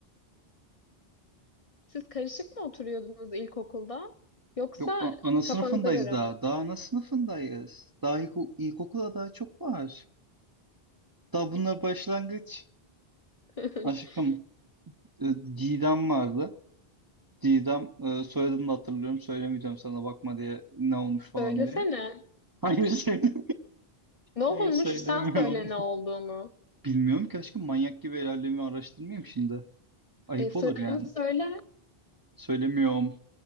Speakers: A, on the left; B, on the right.
A: Siz karışık mı oturuyordunuz ilkokulda? Yoksa
B: Yok a- ana sınıfındayız
A: kafanıza göre
B: daha.
A: mi?
B: Daha ana sınıfındayız. Daha ilko- ilkokulda daha çok var. Daha bunlar başlangıç.
A: <laughs>
B: Aşkım e, Didem vardı. Didem e, soyadını da hatırlıyorum. Söylemeyeceğim sana bakma diye ne olmuş falan
A: Söylesene.
B: diye. <laughs> Hayır söyle.
A: Ne olmuş?
B: Hayır söylemiyorum.
A: Sen söyle ne olduğunu.
B: Bilmiyorum ki aşkım manyak gibi ilerlemi araştırmayayım şimdi. Ayıp
A: E, soyadını
B: olur yani.
A: söyle.
B: Söylemiyorum.